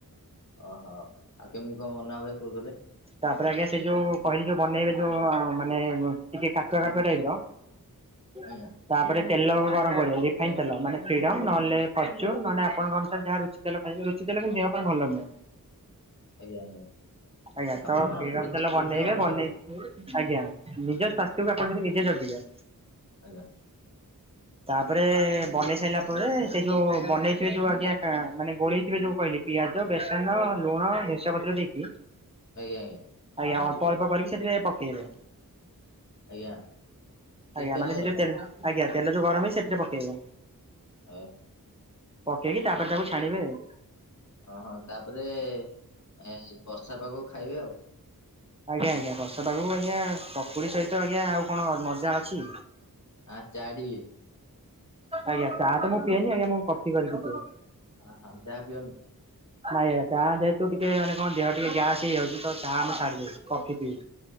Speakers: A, on the left; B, on the right.
A: ଓହୋ ଆଉ କେମିତି କଣ ବନା ହୁଏ କହୁଥିଲେ?
B: ତାପରେ ଆଜ୍ଞା ସେ ଯୋଉ କହିଲି ଯୋଉ ବନେଇବେ ଯୋଉ ମାନେ ଟିକେ କାଠୁଆ
A: ହଁ
B: କାଠୁଆ ଟାଇପ ର
A: ଆଜ୍ଞା
B: ତାପରେ ତେଲକୁ ଗରମ କରିବେ ରିଫାଇନ ଖାଇ ତଲ ମାନେ ଫ୍ରିଡ଼ମ୍ ନହେଲେ ଫର୍ଚୁନ୍ ନହେଲେ ନାଇ ଆପଣଙ୍କ ଅନୁସାରେ ଯହା ରୁଚି ତେଲ ଖାଇବେ ରୁଚି ତେଲ କି ଦେହ ପାଇଁ ଭଲ ନୁହେଁ।
A: ଆଜ୍ଞା ଆଜ୍ଞା।
B: ଆଜ୍ଞା
A: ଆପଣ
B: ତ ଫିଡମ
A: ନିଜ
B: ତେଲ ବନେଇବେ
A: ନିଜ ଅନୁସାରେ
B: ବନେଇକି ଆଜ୍ଞା। ନିଜ ସ୍ୱାସ୍ଥ୍ୟକୁ
A: ହୁଁ
B: ଆପଣ ଯଦି ନିଜେ ଜଗିବେ
A: ଆଜ୍ଞା।
B: ତା ପରେ ଏବେ ବନେଇ ସାଈଲା ପରେ ସେ ଯୋଉ ବନେଇଥିବେ ଯୋଉ ଆଜ୍ଞା କା ମାନେ ଗୋଳେଇ ଥିବେ ଯୋଉ କହିଲି ପିଆଜ, ବେସନ, ଲୁଣ, ବେରସୁଙ୍ଗା ପତ୍ର ଦେଇକି
A: ଆଜ୍ଞା ଆଜ୍ଞା।
B: ଆଜ୍ଞା ଅଳ୍ପ ଅଳ୍ପ କରିକି ସେଥିରେ ପକେଇବେ
A: ଆଜ୍ଞା ସେଇ
B: ଆଜ୍ଞା
A: ତେଲରେ
B: ମାନେ ସେ ଯୋଉ ତେଲ ଆଜ୍ଞା ତେଲ ଯୋଉ ଗରମ ହେଇଚି ସେଥିରେ ପକେଇବେ
A: ଅ
B: ପକେଇକି ତାପରେ ତାକୁ ଛାଣିବେ ଆଉ।
A: ଓହୋ ତାପରେ ଏ ବର୍ଷା ପାଗକୁ ଖାଇବେ ଆଉ।
B: ଆଜ୍ଞା ଆଜ୍ଞା ବର୍ଷା ପାଗକୁ ଆଜ୍ଞା ପକୁଡି ସହିତ ଆଜ୍ଞା ଆଉ କଣ ମଜା ଅଛି।
A: ଆ ଚା ଟିକେ
B: ଆଜ୍ଞା ଚା ତ ମୁଁ ପିଏନି ଆଜ୍ଞା ମୁଁ କଫି କରିକି ପିଏ।
A: ଅ ହ ଚା ପିୟନି?
B: ନାଇଁ ଆଜ୍ଞା ଚାହା ଯେହେତୁ ଟିକେ ମାନେ କଣ ଦେହ ଟିକେ ଗ୍ୟାସ୍ ହେଇଯାଉଚି ତ ଚାହା ଆମେ ଛାଡି ଦେଇଚି କଫି ପିଉ